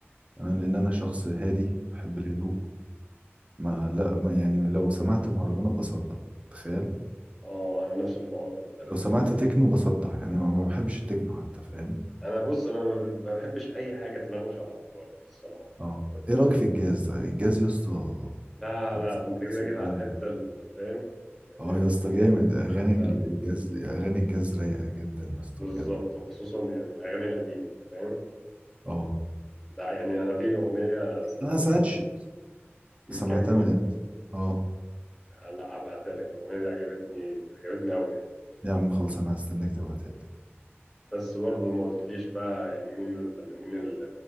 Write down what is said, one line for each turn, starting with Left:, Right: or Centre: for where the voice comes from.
Right: انا لان انا شخص هادي بحب الهدوء ما لا ما يعني لو سمعت مهرجانات بصدع تخيل
Centre: اه انا نفس الحوار خد بالك
Right: لو سمعت
Centre: احنا
Right: تكنو بصدع يعني ما ما بحبش التكنو حتى فاهم
Centre: انا بص انا ما ب- ما بحبش اي حاجه تلغوش على افكاري الصراحه
Right: اه ايه رايك في الجاز طيب الجاز يا اسطى
Centre: لا
Right: الجاز
Centre: لا
Right: الكلاسيك
Centre: انت كده كده
Right: ده
Centre: على الحته اللي فاهم يعني
Right: اه يا اسطى جامد اغاني
Centre: اللي في القلب
Right: ال- الجاز اغاني الجاز رايقه جدا يا اسطى
Centre: بالظبط
Right: بجد
Centre: وخصوصا يعني الاغاني القديمه فاهم
Right: اه
Centre: ده يعني انا في اغنيه سمعتها
Right: انا ساعات
Centre: من
Right: ش-
Centre: من
Right: سمعتها
Centre: كام يوم
Right: من امتى اه
Centre: لا هبعتها لك الاغنيه دي عجبتني عجبتني قوي يعني
Right: يا عم خلص انا هستناك تبعتها لي
Centre: بس برضه ما قلتليش بقى يعني مين من الفنانين ال-